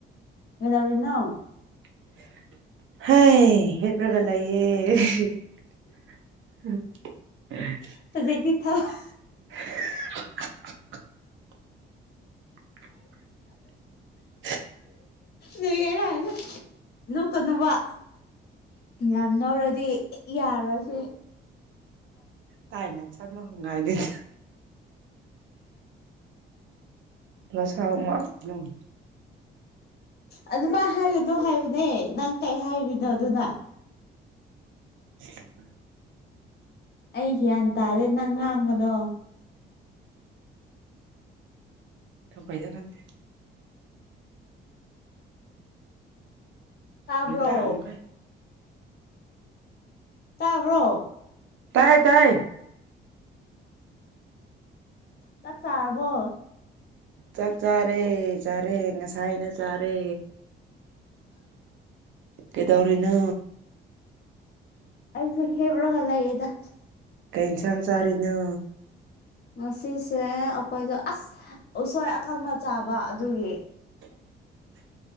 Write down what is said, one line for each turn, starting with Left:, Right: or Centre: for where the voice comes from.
Left: ꯀꯩꯗꯧꯔꯤ ꯅꯣ
Right: ꯍꯥꯏ ꯍꯤꯞꯂꯒꯥ ꯂꯩꯌꯦ ꯍꯍ ꯍ ꯍ
Left: ꯍꯧꯖꯤꯛꯇꯤ ꯊꯕꯛ
Right: ꯍꯍ ꯍꯥꯍꯥꯍꯥ <inaudible>
Left: ꯂꯣꯏ ꯂꯥꯛ ꯅꯣꯛ ꯀꯅꯨꯕ ꯌꯥꯝ ꯅꯣꯀꯔꯥꯗꯤ ꯌꯥꯔꯣꯏꯁꯤ
Right: ꯇꯥꯏꯅ ꯆ ꯃꯒꯥꯏ ꯂꯩ ꯂ ꯁꯥ ꯃꯥꯛ ꯅꯨꯡ
Left: ꯑꯗꯨꯃꯥꯏ ꯍꯥꯏꯒꯥꯅꯣ ꯍꯥꯏꯕꯅꯦ ꯅꯪ ꯀꯔꯤ ꯍꯥꯏꯔꯤꯅꯣ ꯑꯗꯨꯅ
Right: ꯎ
Left: ꯑꯩ ꯒ꯭ꯌꯥꯟ ꯇꯥꯔꯦ ꯅꯪ ꯉꯥꯡꯕꯗꯣ
Right: ꯐꯥꯏꯗ ꯈꯪꯗꯦ
Left: ꯇꯥꯕ꯭ꯔꯣ
Right: ꯌꯦ ꯇ ꯑꯃ ꯀꯥꯏ
Left: ꯇꯥꯕ꯭ꯔꯣ
Right: ꯇꯥꯏ ꯇꯥꯏ
Left: ꯆꯥꯛ ꯆꯥꯔꯕꯣ
Right: ꯆꯥꯛ ꯆꯥꯔꯦ ꯆꯥꯔꯦ ꯉꯁꯥꯏꯅ ꯆꯥꯔꯦ ꯀꯩ ꯗꯧꯔꯤꯅꯣ
Left: ꯑꯩꯁꯨ ꯍꯤꯞꯔꯒꯥ ꯂꯩꯌꯦꯗꯥ
Right: ꯀꯩ ꯍꯦꯟꯁꯥꯡ ꯆꯥꯔꯤꯅꯣ
Left: ꯉꯁꯤꯁꯦ ꯑꯩꯈꯣꯏꯗꯣ ꯑꯁ ꯎꯁꯣꯏ ꯑꯀꯪꯕ ꯆꯥꯕ ꯑꯗꯨꯒꯤ
Right: <inaudible>